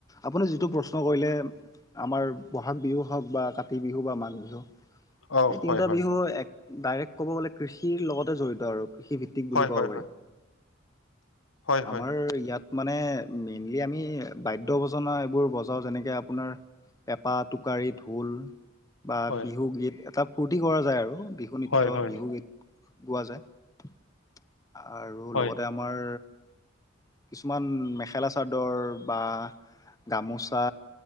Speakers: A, on the left (about 15°); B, on the left (about 80°).
A: আপুনি যিটো প্ৰশ্ন কৰিলে আমাৰ বহাগ বিহু হওক বা কাতি বিহু বা মাঘ বিহু
B: অ
A: এই
B: হয়
A: তিনিটা
B: হয়
A: বিহু এক ডাইৰেক্ট ক'ব গ'লে কৃষিৰ লগতে জৰি়ত আৰু। কৃষিভিত্তিক বুলি
B: হয়
A: ক'ব
B: হয়
A: পাৰি।
B: হয় হয় হয়
A: আমাৰ ইয়াত মানে মেইনলি আমি বাদ্যৱজনা এইবোৰ বজাওঁ যেনেকে আপোনাৰ পেঁপা, টোকাৰি, ঢোল বা
B: হয়
A: বিহুগীত এটা ফূৰ্তি কৰা যায় আৰু বিহু নৃত্য
B: হয় হয়
A: বিহুগীত। গোৱা যায় আৰু
B: হয়
A: লগতে আমাৰ কিছুমান মেখেলা চাদৰ বা গামোচা